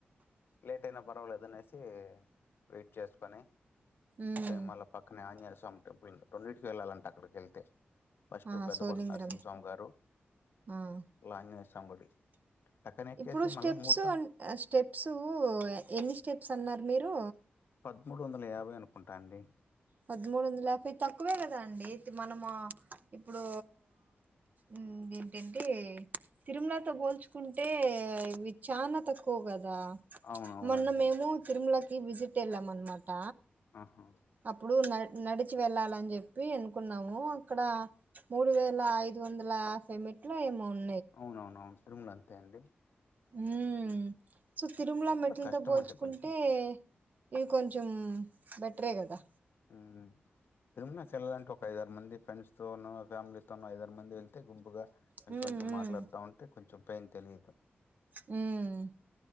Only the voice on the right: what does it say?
ఉమ్
ఆ
సోలింగరం
ఆ
ఇప్పుడు స్టెప్స్
అన్- స్టెప్స్ ఎన్ని స్టెప్స్ అన్నారు మీరు
పదమూడు వందల యాభై తక్కువే కదా అండి, మనము ఇప్పుడు మ్ ఏంటంటే తిరుమలతో పోల్చుకుంటే ఇవి చాన తక్కువ కద దా
మొన్న మేము తిరుమలకి విజిట్ వెళ్ళాం అనమాట.
అప్పుడు న నడిచి వెళ్ళాలని చెప్పి అనుకున్నాము. అక్కడ, మూడు వేల ఐదు వంద అలా హాఫ్ ఎ మెట్లో ఏమో ఉన్
మ్ సో తిరుమల మెట్లుతో
పోల్చుకుంటే,
ఇది కొంచెం బెటరే కదా!
హ్మ్.
హ్మ్.
హ్మ్.